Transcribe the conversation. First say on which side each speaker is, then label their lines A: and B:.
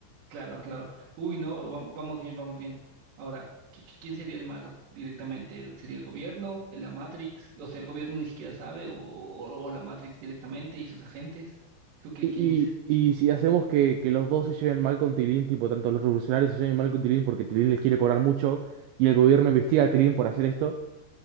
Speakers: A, on the right; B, on the right.
A: Claro, claro. Uy, no, va- vamos bien, vamos bien. Ahora, ¿qui- qui- ¿quién sería el malo directamente? ¿El- ¿Sería el gobierno? ¿La Matrix? O sea, el gobierno ni siquiera sabe, o, o- o la Matrix directamente y sus agentes. ¿Tú qué,
B: Y,
A: quién dices?
B: y, y si hacemos que, que los dos se lleven mal con Tilín, tipo, tanto los revolucionarios se lleven mal con Tilín porque Tilín les quiere cobrar mucho y el gobierno investiga a Tilín por hacer esto.